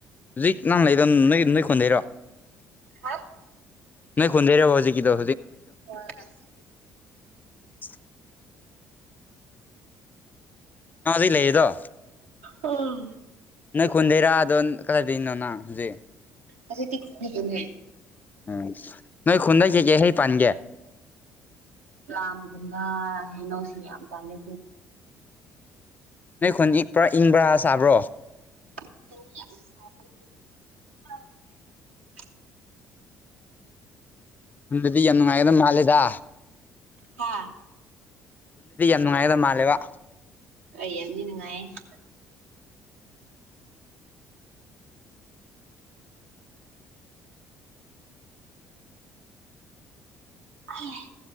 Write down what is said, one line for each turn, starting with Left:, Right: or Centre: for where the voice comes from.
Left: ꯍꯧꯖꯤꯛ ꯅꯍꯪ ꯂꯩꯗ ꯅꯣꯏꯒꯤ ꯅꯣꯏ ꯈꯨꯟꯗꯩꯔꯣ
Right: ꯍꯥ
Left: ꯅꯣꯏ ꯈꯨꯟꯗꯩꯔꯣꯕ ꯍꯧꯖꯤꯛ ꯀꯤꯗꯣ
Right: <unintelligible>
Left: <inaudible> ꯅꯩ ꯍꯧꯖꯤꯛ ꯂꯩꯗꯣ
Right: ꯑꯥ
Left: ꯅꯣꯏ ꯈꯨꯟꯗꯩꯔꯥꯗꯣ ꯀꯗꯥꯥꯏꯗꯣꯏꯅꯣ ꯅꯪ ꯍꯧꯖꯤꯛ
Right: ꯍꯧꯖꯤꯛꯗꯤ ꯈꯨꯟꯗꯒꯤꯅꯦ
Left: ꯎ ꯅꯣꯏ ꯈꯨꯟꯗ ꯀꯩꯀꯩ ꯍꯩ ꯄꯥꯟꯒꯦ
Right: ꯄꯥꯝꯒꯨꯝꯕ ꯍꯩꯅꯣꯁꯤꯡ ꯌꯥꯝ ꯄꯥꯜ ꯂꯦ
Left: ꯅ ꯈꯨꯟꯗꯤ ꯄꯨꯔꯥ ꯏꯪꯕ꯭ꯔꯥ ꯁꯥꯕ꯭ꯔꯣ
Right: <inaudible>
Left: ꯈꯨꯟꯗꯗꯤ ꯌꯥꯝ ꯅꯨꯡꯉꯥꯏꯒꯗꯧꯕ ꯃꯥꯜꯂꯦꯗꯥ
Right: ꯍꯥ
Left: ꯅꯨꯡꯉꯥꯏꯗ ꯃꯥꯜꯂꯦꯕ
Right: ꯑꯩ ꯌꯥꯝꯅꯤ ꯅꯨꯡꯉꯥꯏ <inaudible> ꯑꯩ